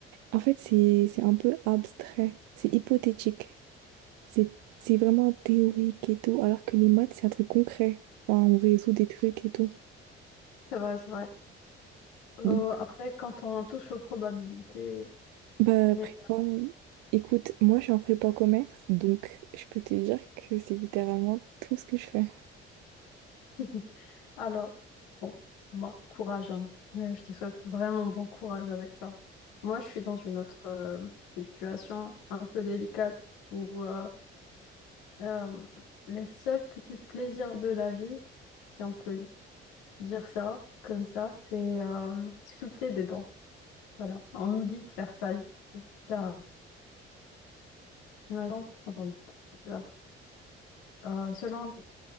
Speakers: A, on the right (about 70°); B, on the left (about 80°).
A: En fait, c'est c'est un peu abstrait, c'est hypothétique. C'est c'est vraiment théorique et tout, alors que les maths, c'est un truc concret. Enfin, on résout des trucs et tout.
B: C'est vrai, c'est vrai. Euh,
A: Donc,
B: après, quand on touche aux probabilités
A: bah,
B: et...
A: prépa, écoute, moi, je suis en prépa commerce, donc je peux te dire que c'est littéralement tout ce que je fais.
B: <laughs> Alors, bon, moi, courage, hein. Euh, Je te souhaite vraiment bon courage avec ça. Moi, je suis dans une autre euh, situation un peu délicate où euh, euh, les seuls petits plaisirs de la vie, si on peut dire ça comme ça, c'est euh, sculpter des dents. Voilà. On nous dit de faire ça littéralement Imaginons pendant des heures. Euh, selon